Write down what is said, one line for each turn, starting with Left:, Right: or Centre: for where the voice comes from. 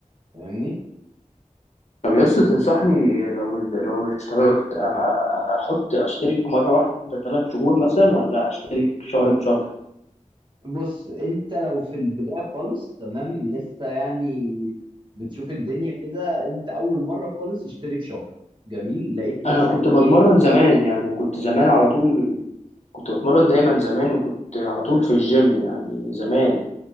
Right: فاهمني
Left: طب يس تنصحني لو لو اشتركت أ- أ- احط اشترك مره واحده ثلاث شهور مثلا ولا اشترك شهر بشهر
Right: بص انت لو في البدايه خالص تمام لسه يعني بتشوف الدنيا كده انت اول مره خالص اشترك شهر جميل لقيت نفسك
Left: انا كنت بتمرن
Right: ايه
Left: زمان يعني كنت زمان على طول كنت بتمرن دايما زمان وكنت على طول في الجيم يعني زمان